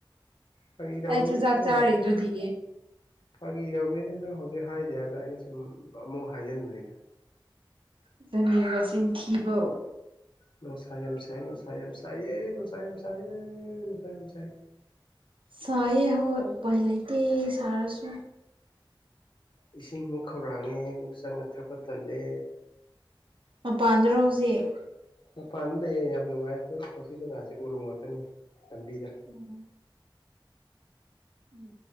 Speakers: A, on the left; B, on the right.
A: ꯐꯥꯒꯤ ꯇꯧꯕꯅꯤꯗ
B: ꯑꯩ ꯆꯨꯖꯥꯛ
A: ꯅꯪꯅ
B: ꯆꯥꯔꯤꯗꯨꯗꯤ
A: ꯅꯥꯎ ꯐꯥꯒꯤ ꯇꯧꯕꯅꯤꯗ ꯅꯪ ꯍꯧꯖꯤꯛ ꯍꯥꯏꯗꯦ ꯍꯥꯏꯕꯗ ꯑꯩꯅ ꯁꯨꯝ ꯑꯃꯨꯛ ꯍꯥꯏꯖꯟꯕꯅꯤꯗ
B: ꯑꯗꯨꯨꯅꯤꯕ ꯁꯤꯟ ꯊꯤꯕ
A: ꯅꯨꯡꯁꯥ ꯌꯦꯝ ꯁꯥꯏ ꯅꯨꯡꯁ ꯌꯦꯝ ꯁꯥꯏꯌꯦ ꯅꯨꯡꯁ ꯌꯦꯝ ꯁꯥꯏꯌꯦ ꯅꯨꯡꯁ ꯌꯦꯝ ꯁꯥꯏꯌꯦ
B: ꯁꯥꯏꯌꯦ ꯍꯣꯏ ꯎꯄꯥꯏ ꯂꯩꯇꯦ ꯁꯥꯔꯁꯨ
A: ꯏꯁꯤꯡ ꯑꯃꯨꯛ ꯈꯧꯔꯥꯡꯉꯦ ꯑꯃꯨꯛ ꯆꯪꯉ ꯊꯛꯄ ꯇꯜꯂꯦ
B: ꯃꯄꯥꯟꯗꯔꫭ ꯍꯧꯖꯤꯛ
A: ꯃꯄꯥꯟ ꯂꯩꯌꯦ ꯌꯥꯝ ꯅꯨꯡꯉꯥꯏ ꯍꯣꯏ ꯍꯧꯁꯤ ꯖꯒꯥꯁꯦ ꯎꯔꯨꯝ ꯉꯥꯛꯇꯅꯤ ꯂꯝꯕꯤꯗ
B: ꯎꯝ ꯎꯝ